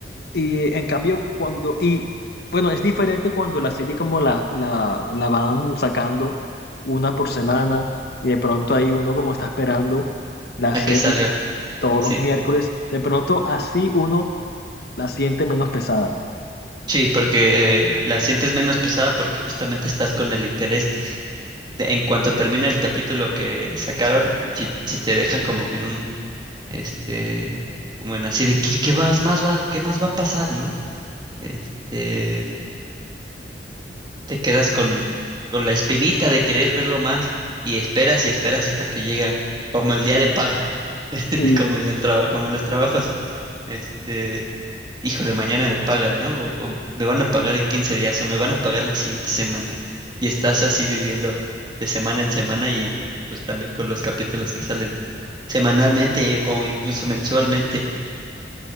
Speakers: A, on the left (about 60°); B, on the right (about 25°).
A: Y en cambio, cuando, y bueno, es diferente cuando la serie como la, la, la van sacando una por semana y de pronto ahí uno como está esperando la
B: A
A: serie
B: que salga.
A: todos
B: Sí.
A: los miércoles, de pronto así uno la siente menos pesada.
B: Sí, porque eh, la sientes menos pesada porque justamente estás con el interés. de- En cuanto termina el capítulo que sacaron, si, si te dejan como que en un, este, como en así de, ¿qué, qué más, más va, qué más va a pasar, ¿no? Este, te quedas con, con la espinita de querer verlo más y esperas y esperas hasta que llega, como el día de paga, <laughs>
A: Sí.
B: como en el trabajo, como en los trabajos. Este, híjole, mañana me pagan, ¿no? O, o me van a pagar en 15 días o me van a pagar la siguiente semana. Y estás así viviendo de semana en semana y pues también con los capítulos que salen semanalmente o incluso mensualmente.